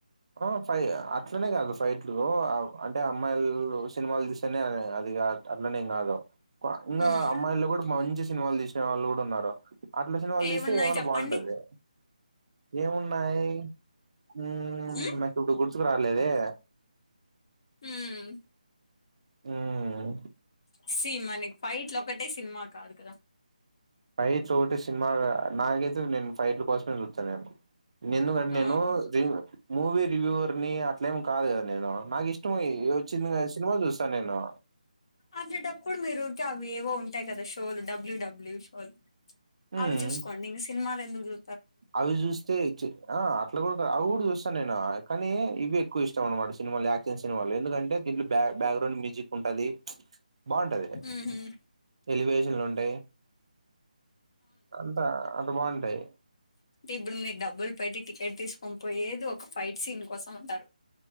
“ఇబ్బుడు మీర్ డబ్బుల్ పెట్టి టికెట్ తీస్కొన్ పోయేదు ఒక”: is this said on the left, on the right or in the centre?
Left